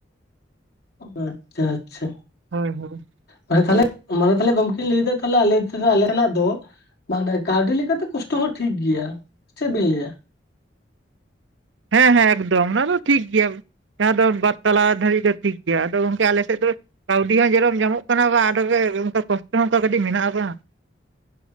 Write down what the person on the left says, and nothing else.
ᱟᱪᱪᱷᱟ ᱟᱪᱪᱷᱟ
ᱢᱟᱱᱮ ᱛᱟᱦᱚᱞᱮ ᱢᱟᱱᱮ ᱛᱟᱦᱚᱠᱮ ᱦᱮ ᱜᱚᱝᱠᱮᱧ ᱞᱟᱹᱭᱫᱟ ᱛᱮ ᱟᱞᱮ ᱟᱞᱮᱱ ᱴᱷᱤᱡᱟᱜ ᱫᱚ ᱢᱟᱱᱮ ᱠᱟᱹᱣᱰᱤ ᱞᱮᱠᱟᱛᱮ ᱠᱚᱥᱴᱚ ᱦᱚᱸ ᱴᱷᱤᱠ ᱜᱮᱭᱟ ᱪᱮᱫ ᱵᱤᱱ ᱞᱟᱹᱭᱟ